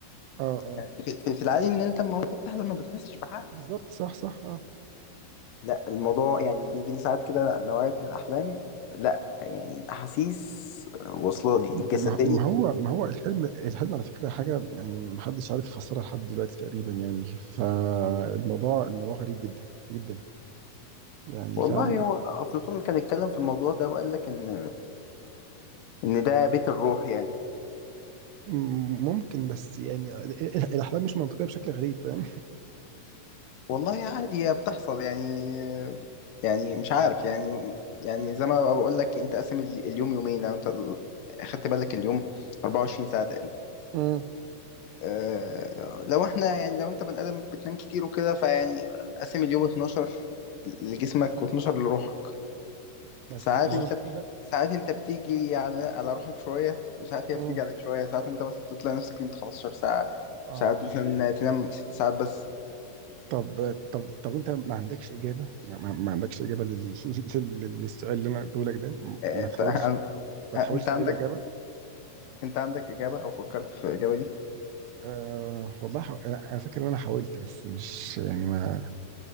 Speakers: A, on the right (about 85°); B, on the left (about 65°).
A: اه اه
B: يعني في, في في العادي إن أنت لما أنت بتحلم ما بتحسش بحاجة
A: بالظبط صح صح اه
B: لا الموضوع يعني بيجي لي ساعات كده نوعية من الأحلام لا يعني الأحاسيس واصلة لي الجسدية
A: ما ما هو ما هو الحلم الحلم على فكره حاجه يعني ما حدش عارف يفسرها لحد دلوقتي تقريبا يعني فالموضوع الموضوع غريب جدا جدا يعني
B: والله
A: فعلا
B: هو أفلاطون كان اتكلم في الموضوع ده وقال لك إن إن ده بيت الروح يعني
A: مم، ممكن بس يعني ال- ال- الاحلام مش منطقيه بشكل غريب فاهم
B: والله عادي هي بتحصل يعني يعني مش عارف يعني يعني زي ما بقول لك أنت قاسم ال- اليوم يومين لو أنت أخدت بالك اليوم 24 ساعة تقريبا
A: مم.
B: أه لو احنا يعني لو انت بني ادم بتنام كتير وكده فيعني قسم اليوم 12 لجسمك و12 لروحك
A: بس
B: ساعات
A: ما
B: انت
A: هو المفروض ده-
B: ساعات انت بتيجي على على روحك شويه وساعات هي
A: مم.
B: بتيجي عليك شويه ساعات انت مثلا تلاقي نفسك نمت 15 ساعه
A: اه
B: وساعات مثلا تنام ست ساعات بس
A: طب طب طب انت ما عندكش اجابه ما, ما ما عندكش اجابه لل... <laughs> لل... للسؤال اللي انا قلته لك ده م-
B: اه،
A: ما
B: انت
A: تحاولش
B: اه،
A: ما تحاولش
B: انت عندك
A: تلاقي له اجابه
B: انت عندك اجابه او فكرت في الاجابه دي
A: أه والله حو... انا أنا فاكر ان انا حاولت بس مش يعني ما